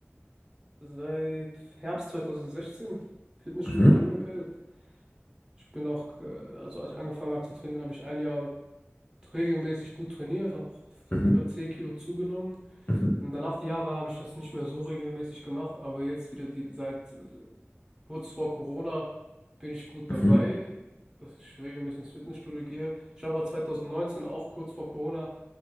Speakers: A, on the right; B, on the left.
A: seit Herbst 2016 Fitnessstudio
B: Mhm,
A: angemeldet. Ich bin auch, äh, also als ich angefangen habe zu trainieren, habe ich ein Jahr regelmäßig gut trainiert, habe auch
B: mhm,
A: über 10 Kilo zugenommen.
B: mhm,
A: Und danach die Jahre habe ich das nicht mehr so regelmäßig gemacht, aber jetzt wieder die, seit äh, kurz vor Corona bin ich gut
B: mhm,
A: dabei, dass ich regelmäßig ins Fitnessstudio gehe. Ich habe aber 2019 auch kurz vor Corona